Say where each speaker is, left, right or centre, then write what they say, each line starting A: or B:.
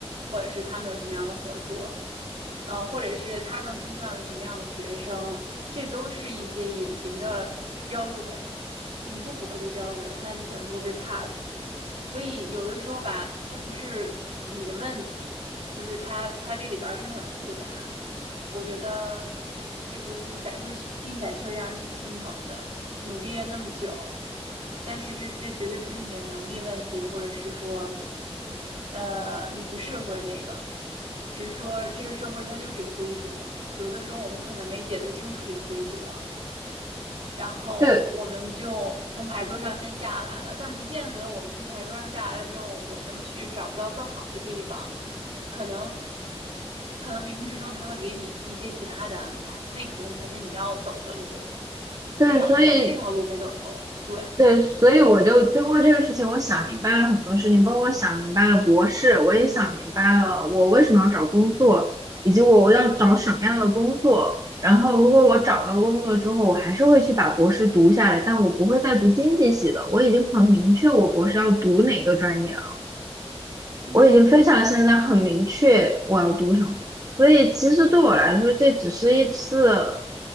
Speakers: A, on the right; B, on the right.
A: 或者是他们有什么样的合作，呃，或者是他更倾向于什么样的学生，这都是一些隐形的标准。你不符合这个标准，那你可能就会被 pass。所以有的时候吧，这不是你的问题，就是它它这里边儿真的很复杂。我觉得这个这个感受去听起来确实让人挺心疼的，努力了那么久，但是这这绝对不是你的能力问题，或者是说，呃，你不适合这个，只是说这个社会它就是有规则，有的时候我们可能没解读清楚这个规则，然后我们就从牌桌上先下来了，
B: 对
A: 但不见得我们从牌桌上下来了之后，我们去找不到更好的地方，可能可能冥冥之中他会给你一些其他的安排，那可能才是你要走的路，
B: 对，
A: 至少反正这条路没走通。
B: 所以
A: 对，
B: 对，所以我就通过这个事情，我想明白了很多事情，包括想明白了博士，我也想明白了我为什么要找工作，
A: 嗯
B: 以及我要找什么样的工作。然后，如果我找到工作之后，我还是会去把博士读下来，但我不会再读经济系的。我已经很明确我博士要读哪个专业了。
A: 嗯，
B: 我已经非常现在很明确我要读什么，
A: 是的，
B: 所以其实对我来说，
A: 嗯
B: 这只是一次